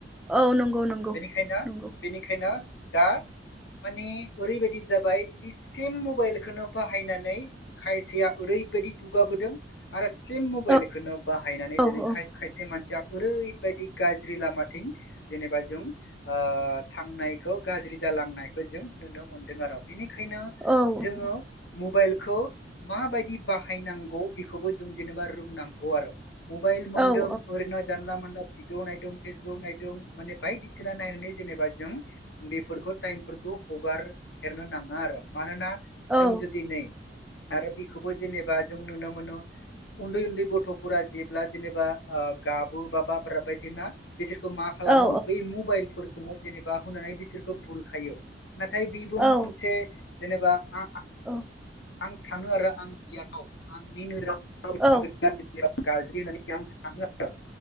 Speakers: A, in the centre; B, on the left.
A: औ नंगौ नंगौ
B: बेनिखायनो
A: नंगौ
B: बेनिखायनो दा माने ओरैबायदि जाबाय जि सेम मबाइलखौनो बाहायनानै खायसेया ओरै बायदि जुगाबोदों आरो से मबाइखौनो
A: औ
B: बाहायनानै
A: औ
B: दिनै खाय
A: औ
B: आयसेया मानसिया ओरैबायदि गाज्रि लामाथिं जेनेबा जों अ थांनायखौ गाजरि जालांनायखौ जों नुनो मोनदों आरो निखायनो
A: औ
B: जो मबाइ खौ माबायदि बाहायनांगौ बेखौबो जों जेनेबा रोंनांगौ आरो मबाइल मन्दों
A: औ
B: ओरैनो जानला मनला भिदिअ नायदों फेसबुक नायदों माने बायदिसिना नायनानै जेनेबा जों बेफोरखौ टाइमफोरखौ हगार हेरनो नाङा आरो मानोना जों
A: औ
B: जुदि नै आरो बेखौबो जेनेबा जों नुनो मोनो उन्दै उन्दै गथ' फुरा जेब्ला जेनेबा अ गाबु बा बाब्राबबाय थायोना बिसोरखौ मा
A: औ
B: खालामो बै मबाइलफोरखौनो जेनेबा होनानै बिसोरखौ बुरखायो नाथाय बेबो
A: औ
B: मोनसे जेनेबा आ
A: औ
B: आं सानो आरो आं गियानाव आंनि नोजोराव <unintelligible>
A: औ
B: गाज्रि होनै आं सानो आरो